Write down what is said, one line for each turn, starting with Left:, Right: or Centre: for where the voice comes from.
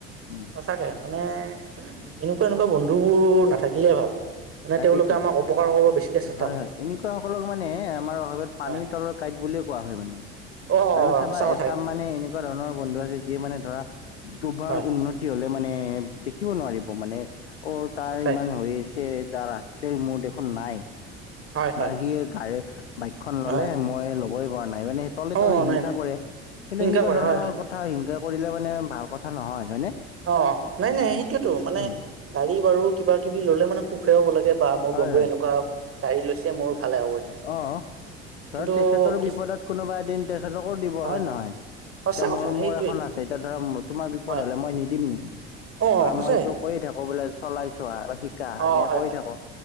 Left: উম
Right: সঁচাকে মানে, এনেকুৱা এনেকুৱা বন্ধুবোৰ নাথাকিলে ভাল।
Left: তাকেইতো
Right: তেওঁলোকে আমাৰ অপকাৰ কৰিব বেছিকে চেষ্টা
Left: হয়
Right: কৰে
Left: হয়, এনেকুৱা সকলক মানে আমাৰ অসমত
Right: হয়
Left: পানীৰ তলৰ কাঁইট বুলিয়ে কোৱা হয়। মানে
Right: অ
Left: আৰু চাবা
Right: সঁচা কথা
Left: এচাম
Right: কিন্তু
Left: মানে এনেকুৱা ধৰণৰ বন্ধু আছে, যিয়ে মানে ধৰা তোমাৰ
Right: হয়
Left: উন্নতি হলে মানে দেখিব নোৱাৰিব, মানে অ তাৰ
Right: সঁচাই
Left: ইমান হৈ আছে তাৰ আছে মোৰ দেখোন নাই
Right: হয় হয়
Left: বা সি গাড়ী বাইকখন
Right: হয়
Left: ললে মই বই পৰা নাই মানে তলে
Right: অ
Left: তলে হিংসা
Right: নাই নাই
Left: কৰে। কিন্তু
Right: হিংসা
Left: এনেকুৱা
Right: কৰে
Left: ধৰণৰ
Right: হয় হয়
Left: কথা হিংসা কৰিলে মানে, ভাল কথা নহয়, হয়নে?
Right: অ নাই নাই সেইটোয়েতো মানে
Left: উম
Right: গাড়ী বাৰু কিবা কিবি ললে মানে সুখে হ'ব লাগে। বা মোৰ বন্ধু
Left: হয় হয়
Right: এনেকুৱা গাড়ী লৈছে। মোৰ ভালে হ'ব এতিয়া
Left: অ,
Right: কিন্তু
Left: ধৰ তেখেতৰ
Right: কিছু
Left: বিপদত কোনোবা এদিন তেখেতকো দিব
Right: হয়
Left: হয়নে নহয়? এতিয়া
Right: সঁচা
Left: মোৰ
Right: কথা সেইটোৱে
Left: মোৰ এখন আছে, তেতিয়া ধৰা তোমাৰ বিপদ
Right: হয়
Left: হ'লে মই নিদিম নেকি
Right: অ
Left: বা
Right: সঁচাই
Left: মই তোক কৈ থাকো, বোলে চলাই চোৱা বা শিকা
Right: অ
Left: এনেকে
Right: হয়
Left: কৈ
Right: হয়
Left: থাকো,